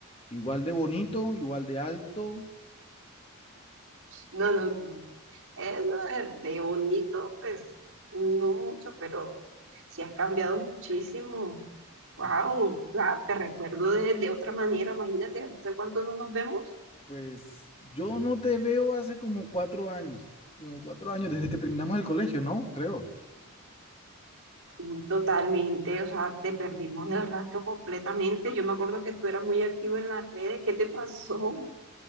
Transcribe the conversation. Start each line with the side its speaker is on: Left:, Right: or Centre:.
Left: igual de bonito, igual de alto.
Right: No, no, no, no. Eso de, de bonito, pues, no mucho, pero sí has cambiado muchísimo. Wow, te recuerdo de, de otra manera, imagínate, ¿hace cuánto no nos vemos?
Left: Pues yo no te veo hace como cuatro años, como cuatro años desde que terminamos el colegio, ¿no? Creo.
Right: Sí, Totalmente, o sea, te perdimos el rastro completamente. Yo me acuerdo que tú eras muy activo en las redes. ¿Qué te pasó?